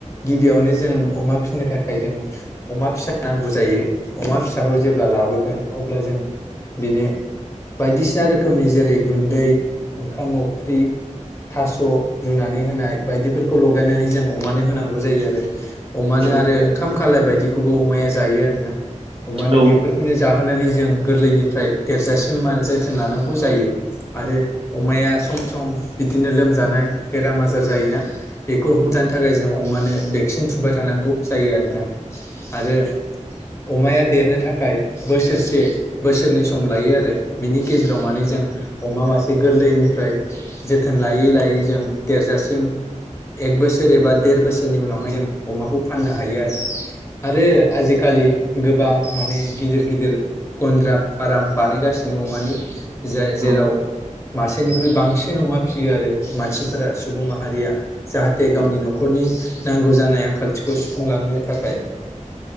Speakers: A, on the left; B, on the right.
A: गिबियावनो जों अमा फिनो थाखाय जों अमा फिसा नांगौ जायो अमा फिसाखौ जेब्ला लाबोगोन अब्ला जों बिनो बायदिसिना रोखोमनि जेरै गुन्दै ओंखाम अफ्रि थास रुनानै होनाय बायदिफोरखौ लगायनानै जों अमानो होनांगौ जायो आरो अमानो
B: औ
A: आरो ओंखाम खालाय बायदिखौबो अमाया जायो आरो ना अमानो
B: औ
A: बेफोर खौनो जाहोनानै जों गोरलैनिफ्राय देरजासिम मा जोथोन लानांगौ जायो आरो अमाया सम सम बिदिनो लोमजानाय बेराम आजार जायोना बे खौ होबथानो
B: औ
A: थाखाय जों अमानो भेक्सिन थुबाय थानांगौ जायो आरोना आरो अमाया देरनो थाखाय बोसोरसे बोसोरनै सम लायो आरो बिनि गे जेराव माने जों अमा मासे गोरलैनिफ्राय जोथोन लायै लायै जों देरजासिम एक बोसोर एबा देर बोसोरनि उनावहाय जों अमाखौ फाननो हायो आरो आरो आजि खालि गोबां माने गिदिर गिदिर गन्द्रा फाराम बानायगासिनो अमानि जाय जेराव
B: औ
A: मासेनिख्रुइ बांसिन अमा फिसियो आरो मानसिफोरा सुबुं माहारिया जाहाथे
B: औ
A: गावनि नख खरनि नांगौ जानाय आंखालथिखौ सुफुंलांनो थाखाय